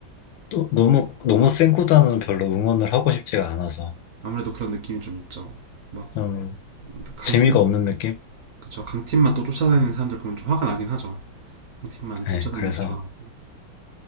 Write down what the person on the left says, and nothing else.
또 너무 너무 센 구단은 별로 응원을 하고 싶지가 않아서
좀
재미가 없는 느낌?
네,
그래서